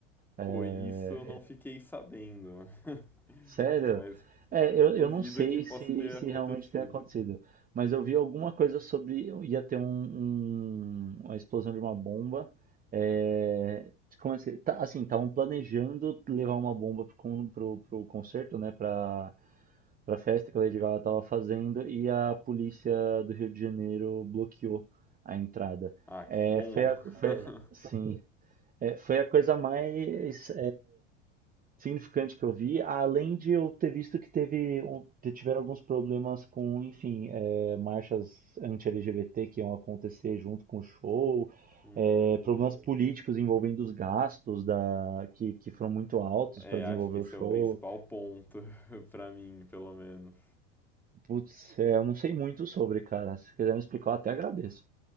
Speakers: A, on the right; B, in the centre.
A: Eh,
B: Pô, isso eu não fiquei sabendo, <laughs>
A: Sério?
B: mas
A: É,
B: não
A: eu,
B: duvido
A: eu não sei
B: que possa
A: se,
B: ter
A: se
B: acontecido.
A: realmente tem acontecido, mas eu vi alguma coisa sobre ia ter um, um- uma explosão de uma bomba. É, como é que, tá, assim, estavam planejando levar uma bomba pro, con- pro, pro concerto, né, pra, pra festa que a Lady Gaga tava fazendo e a polícia do Rio de Janeiro bloqueou a entrada.
B: Ah, que
A: É,
B: bom.
A: foi a, foi,
B: <laughs>
A: sim, é, foi a coisa mais significante que eu vi, além de eu ter visto que teve um- te- tiveram alguns problemas com, enfim, é, marchas anti-LGBT que iam acontecer junto com o show,
B: Hum,
A: é, problemas políticos envolvendo os gastos da, que, que foram muito altos
B: é,
A: para desenvolver
B: acho que
A: o
B: esse
A: show.
B: é o principal ponto <laughs> pra mim, pelo menos.
A: Putz, é, eu não sei muito sobre, cara. Se quiser me explicar, eu até agradeço.